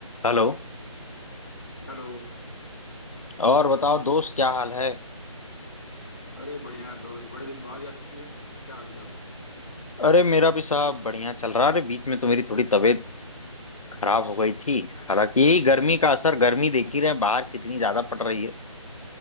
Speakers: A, on the left; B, on the left.
A: Hello
B: Hello
A: और बताओ दोस्त क्या हाल है
B: अरे बढ़िया है दोस्त बड़े दिन बाद याद किए क्या हाल चाल
A: अरे मेरा भी साहब बढ़िया चल रहा है अरे बीच में तो मेरी थोड़ी तबीयत खराब हो गई थी हालांकि यही गर्मी का असर गर्मी देख ही रहे हैं, बाहर कितनी ज्यादा पड़ रही है